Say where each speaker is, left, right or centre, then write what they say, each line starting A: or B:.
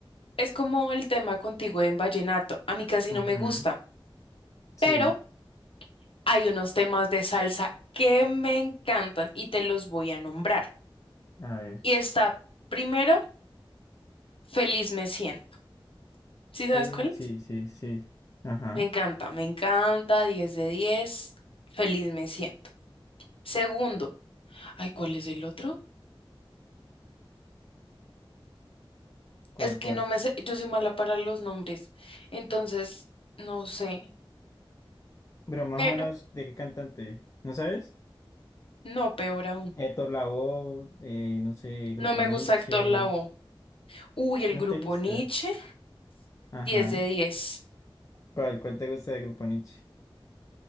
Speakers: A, on the left; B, on the left.
A: es como el tema contigo en vallenato. A mí casi
B: ujú,
A: no me gusta.
B: Sí,
A: Pero hay unos temas de salsa que me encantan y te los voy a nombrar.
B: a ver.
A: Y está primero, Feliz me siento. ¿Sí sabes
B: Sí,
A: cuál
B: sí,
A: es?
B: sí, sí. Ajá.
A: Me encanta, me encanta, 10 de 10, Feliz me siento. Segundo, ay, ¿cuál es el otro?
B: ¿Cuál,
A: Es que
B: cuál?
A: no me sé, yo soy mala para los nombres, entonces no sé,
B: Pero más
A: pero
B: o menos, ¿de qué cantante? ¿No sabes?
A: no, peor aún.
B: Héctor Lavoe, eh, no sé,
A: No
B: Grupo
A: me
B: Nietzsche.
A: gusta Héctor Lavoe. Uy, el
B: ¿No
A: grupo
B: te gusta?
A: Nietzsche,
B: Ajá.
A: 10 de diez
B: ¿Cuál, cuál te gusta de Grupo Nietzsche?